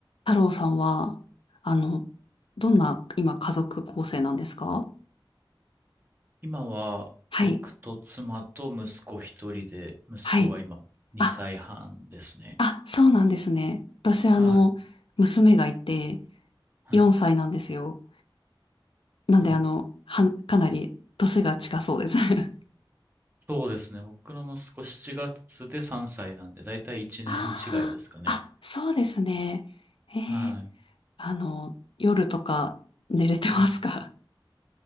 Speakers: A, on the left; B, on the right.
A: 太郎さんは、あの、どんな今家族構成なんですか
B: 今は僕と妻と息子一人で、
A: はい。
B: 息子が今2歳半ですね。
A: はい。あ、あ、そうなんですね。私、あの、
B: はい。
A: 娘がいて、
B: はい。
A: 4歳なんですよ。なんで、
B: うん。
A: あの、は、かなり年が近そうです。<laughs>
B: そうですね。僕の息子7月で3歳なんで、だいたい1年違いですかね。
A: ああ、あ、そうですね。ええ、
B: はい。
A: あの、夜とか寝れてますか
B: うん。